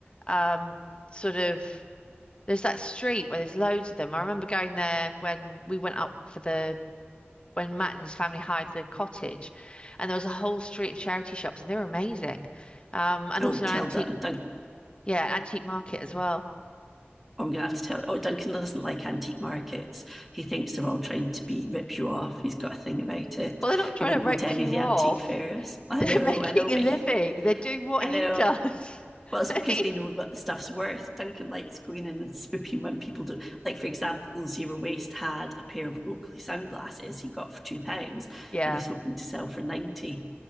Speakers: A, on the left (about 25°); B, in the centre.
A: Um, sort of, there's that street where there's loads of them. I remember going there when we went up for the, when Matt and his family hired the cottage, and there was a whole street of charity shops, and they were amazing. Um, and
B: Oh,
A: also
B: tell
A: an antique,
B: D- Doug
A: yeah, antique market as well.
B: I'm going to have to tell. Oh, Duncan doesn't like antique markets. He thinks they're all trying to be rip you off. He's got a thing about it.
A: Well, they're not trying
B: He won't
A: to rip
B: go to any
A: you
B: of the
A: off.
B: antique fairs.
A: <laughs>
B: I
A: They're
B: know,
A: making
B: I know,
A: a
B: but
A: living.
B: he,
A: They're doing what
B: I
A: he
B: know.
A: does. <laughs>
B: Well, it's
A: I
B: because
A: mean,
B: they know what the stuff's worth. Duncan likes going in and swooping when people do. Like, for example, Zero Waste had a pair of Oakley sunglasses he got for two pounds,
A: yeah,
B: and he's hoping to sell for ninety.